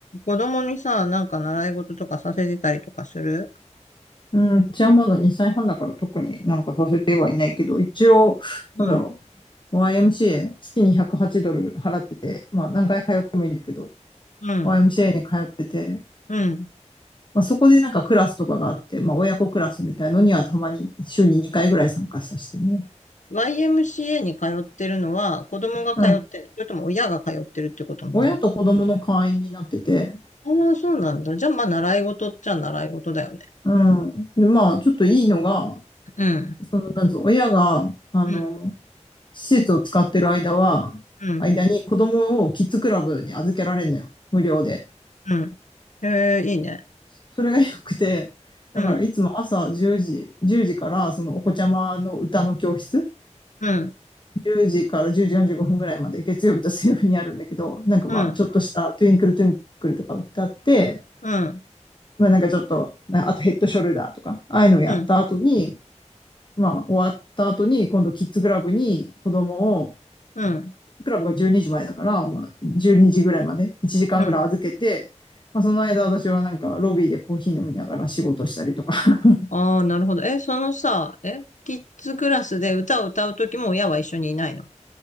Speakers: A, on the left; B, on the left.
A: 子供にさ、なんか習い事とかさせてたりとかする
B: うん、うちはまだ2歳半だから特になんかさせてはいないけど、一応、
A: うん。
B: なんだろう、YMCA、月に108ドル払ってて、まあ何回通ってもいいんだけど、
A: うん。うん。
B: YMCA に通ってて、
A: うん。
B: まあそこでなんかクラスとかがあって、まあ親子クラスみたいのにはたまに週に2回ぐらい参加させてね。
A: YMCA に通ってるのは子供が通ってる。
B: うん。
A: それとも親が通ってるってことになるの
B: 親と子供の会員になってて、
A: ああ、そうなんだ。じゃあまあ習い事っちゃ習い事だよね。
B: うん。で、まあちょっといいのが、
A: うん。
B: その、なんつうの、親が、あの、
A: うん。
B: 施設を使ってる間は、
A: うん。
B: 間に子供をキッズクラブに預けられるのよ。無料で。
A: うん。ええ、いいね。
B: それが良くて、だからいつも朝10時、
A: うん。
B: 10時からそのお子ちゃまの歌の教室、
A: うん。
B: 10時から10時45分ぐらいまで月曜日と水曜日にあるんだけど、なんかまあちょっとしたトゥインクルトゥインクルとか歌って、
A: うん。うん。
B: まあなんかちょっと、あとヘッドショルダーとか、ああいうのをやった後に、
A: うん。
B: まあ終わった後に今度キッズクラブに子供を
A: うん。
B: クラブが12時前だから、まあ、12時ぐらいまで、1時間ぐらい預けて、
A: うん。
B: まあ、その間私はなんかロビーでコーヒー飲みながら仕事したりとか。<laughs>
A: ああ、なるほど。え、そのさ、え、キッズクラスで歌を歌うときも親は一緒にいないの